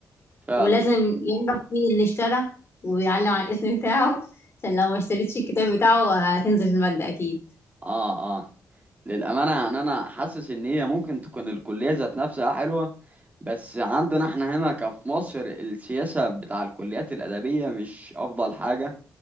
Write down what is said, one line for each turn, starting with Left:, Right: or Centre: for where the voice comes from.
Right: فعلا
Left: ولازم يعرف مين اللي اشترى ويعلم على الاسم بتاعه عشان لو ما اشتريتش الكتاب بتاعه هتنزل في المادة أكيد
Right: اه اه للأمانة يعني انا حاسس ان هي ممكن تكون الكلية ذات نفسها حلوة بس عندنا احنا هنا كفي مصر السياسة بتاع الكليات الأدبية مش أفضل حاجة